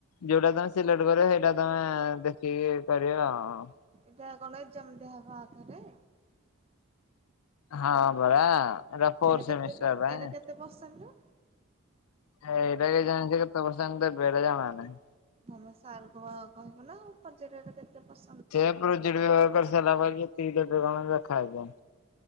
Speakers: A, on the left; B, on the right.
A: ଯୋଉଟା ତମେ ସିଲେକ୍ଟ କର ସେଇଟା ତମେ ଦେଖିକି କରିବ ଆଉ।
B: ଏଟା କଣ ଏଜାମ୍ ଦିଆ ହବ ଆଉ ଥରେ?
A: ହଁ ପରା ଏଟା ଫୋର
B: ଏଇଟା କେତେ
A: ସେମିଷ୍ଟର୍
B: ପ
A: ପାଇଁ।
B: ଏଇଟା କେତେ <unintelligible>
A: ଏଇଟା କେ ଜାଣି କେତେ <unintelligible> ଦେବେ ଏଟା ଜଣା ନାହିଁ।
B: <unintelligible> ସାର୍ କହିବ ନା ପଚାରିବ ଏଟା କେତେ ପ
A: ସେୟା ପ୍ରୋଜେକ୍ଟ୍ ବ୍ୟବହାର କରି ସାରିଲା ପରେ ପି ଡବ୍ଲ୍ୟୁ କଣ ଲେଖା ହେଇଥିବ।